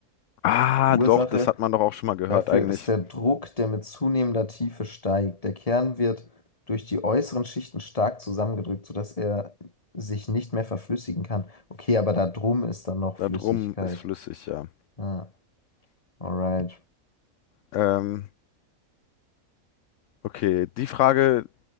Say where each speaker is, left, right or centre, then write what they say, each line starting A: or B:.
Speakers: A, on the left (about 70°); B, on the left (about 25°).
A: Ah,
B: Ursache
A: doch, das hat man doch auch schon mal gehört
B: dafür
A: eigentlich.
B: ist der Druck, der mit zunehmender Tiefe steigt. Der Kern wird durch die äußeren Schichten stark zusammengedrückt, sodass er sich nicht mehr verflüssigen kann. Okay, aber da drum ist dann noch
A: Da
B: Flüssigkeit.
A: drum ist flüssig, ja.
B: Ah, alright.
A: Ähm, okay, die Frage